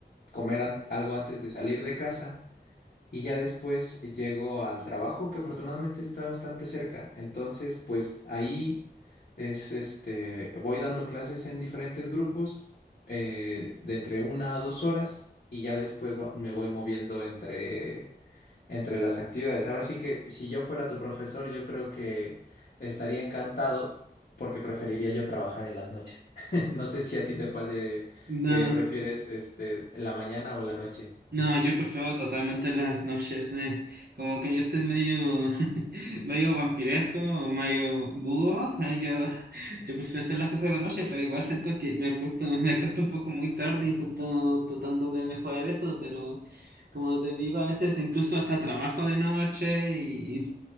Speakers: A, on the left; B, on the right.
A: comer an- algo antes de salir de casa y ya después llego al trabajo que afortunadamente está bastante cerca. Entonces, pues ahí es este, voy dando clases en diferentes grupos eh, de entre una a dos horas y ya después va- me voy moviendo entre entre las actividades. Ahora sí que si yo fuera tu profesor, yo creo que estaría encantado porque preferiría yo trabajar en las noches. <laughs> No sé si a ti te pase
B: no,
A: que prefieres este, la mañana o la noche.
B: No, yo prefiero totalmente las noches, eh, como que yo soy medio, <laughs> medio vampiresco, o medio búho, <laughs> eh, yo, yo prefiero hacer las cosas de la noche, pero igual siento que me acuesto, <laughs> me acuesto un poco muy tarde y trato- tratando de mejorar eso, pero como te digo, a veces incluso hasta trabajo de noche